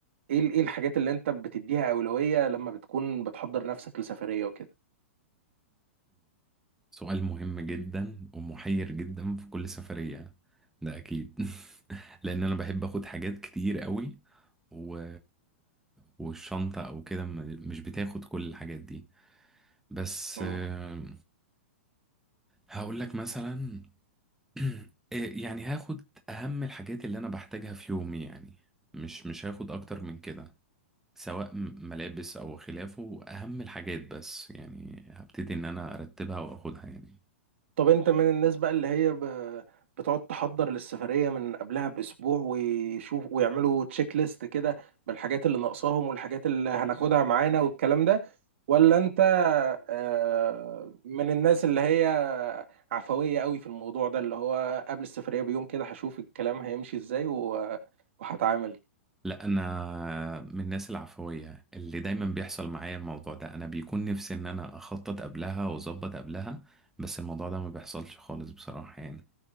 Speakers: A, on the right (about 65°); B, in the centre.
A: ايه ال- ايه الحاجات اللي انت بتديها اولوية لما بتكون بتحضر نفسك لسفرية وكده
B: سؤال مهم جدا ومحير جدا في كل سفرية ده أكيد <laughs> لأن أنا بحب أخد حاجات كتير قوي و... والشنطة أو كده م- مش بتاخد كل الحاجات دي بس
A: مم.
B: آه، هقول لك مثلا <clears throat> إيه، يعني هاخد أهم الحاجات اللي أنا بحتاجها في يومي يعني مش مش هاخد أكتر من كده سواء م- ملابس أو خلافه أهم الحاجات بس يعني هبتدي إن أنا أرتبها وأخدها يعني
A: طب انت من الناس بقى اللي هي ب... بتقعد تحضر للسفرية من قبلها بأسبوع ويشوف ويعملوا تشيك ليست كده بالحاجات اللي ناقصاهم والحاجات اللي هناخدها معانا والكلام ده ولا انت آه، من الناس اللي هي عفوية قوي في الموضوع ده اللي هو قبل السفرية بيوم كده هشوف الكلام هيمشي ازاي و- وهتعامل
B: لا انا من الناس العفويه اللي دايما بيحصل معايا الموضوع ده انا بيكون نفسي ان انا اخطط قبلها واظبط قبلها بس الموضوع ده ما بيحصلش خالص بصراحه يعني